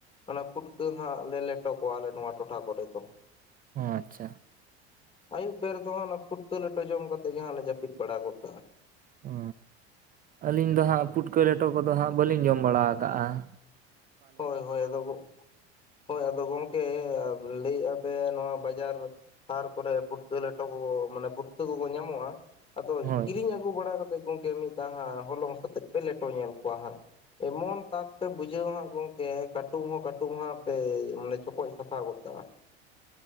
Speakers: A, on the left; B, on the right.
A: ᱚᱱᱟ ᱯᱩᱴᱠᱟᱹ ᱦᱟᱸᱜ ᱞᱮᱴᱚ ᱠᱚᱣᱟ ᱟᱞᱮ ᱱᱚᱣᱟ ᱴᱚᱴᱷᱟ ᱠᱚᱨᱮ ᱫᱚ ᱾
B: ᱟᱪᱪᱷᱟ
A: ᱟᱹᱭᱩᱵ ᱵᱮᱨ ᱫᱚ ᱦᱟᱸᱜ ᱚᱱᱟ ᱯᱩᱴᱠᱟᱹ ᱞᱮᱴᱚ ᱡᱚᱢ ᱠᱟᱛᱮ ᱜᱮ ᱦᱟᱸᱜ ᱞᱮ ᱡᱟᱹᱯᱤᱫ ᱵᱟᱲᱟ ᱜᱚᱫ ᱠᱟᱜ-ᱟ ᱾
B: ᱦᱚ ᱟᱹᱞᱤᱧ ᱫᱚ ᱦᱟᱸᱜ ᱯᱩᱴᱠᱟᱹ ᱞᱮᱴᱚ ᱠᱚᱫᱚ ᱦᱟᱸᱜ ᱵᱟᱹᱞᱤᱧ ᱡᱚᱢ ᱵᱟᱲᱟ ᱟᱠᱟᱜ-ᱟ ᱾
A: ᱦᱳᱭ ᱦᱳᱭ ᱟᱫᱚ ᱦᱳᱭ ᱟᱫᱚ ᱜᱚᱝᱠᱮ ᱞᱟᱹᱭᱮᱜ-ᱟ ᱯᱮ ᱱᱚᱣᱟ ᱵᱟᱡᱟᱨ ᱥᱟᱦᱟᱨ ᱠᱚᱨᱮ ᱯᱷᱩᱴᱠᱟᱹ ᱞᱮᱴᱚ ᱠᱚ ᱢᱟᱱᱮ ᱯᱩᱴᱠᱟᱹ ᱠᱚᱠᱚ ᱧᱟᱢᱚᱜ-ᱟ, ᱟᱫᱚ
B: ᱦᱳᱭ
A: ᱠᱤᱨᱤᱧ ᱟᱹᱜᱩ ᱵᱟᱲᱟ ᱠᱟᱛᱮᱜ ᱜᱚᱝᱠᱮ ᱢᱤᱫ ᱫᱷᱟᱣ ᱦᱟᱸᱜ ᱦᱚᱞᱚᱝ ᱥᱟᱛᱮᱜ ᱯᱮ ᱞᱮᱴᱚ ᱧᱮᱞ ᱠᱚᱣᱟ ᱦᱟᱸᱜ ᱮᱢᱚᱱ ᱛᱟᱠ ᱯᱮ ᱵᱩᱡᱷᱟᱹᱣ ᱦᱟᱸᱜ ᱜᱚᱝᱠᱮ ᱠᱟᱹᱴᱩᱵ ᱦᱚᱸ ᱠᱟᱹᱴᱩᱵ ᱦᱟᱸᱜ ᱯᱮ ᱢᱟᱱᱮ ᱪᱚᱯᱚᱡ ᱥᱟᱯᱷᱟ ᱜᱚᱫ ᱠᱟᱜ-ᱟ ᱾